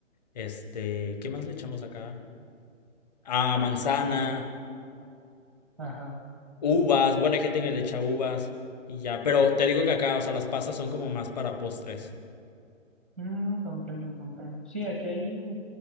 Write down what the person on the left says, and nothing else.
este, ¿qué más le echamos acá? Ah, manzana.
Uvas, bueno, hay gente que le echa uvas y ya, pero te digo que acá, o sea, las pasas son como más para postres.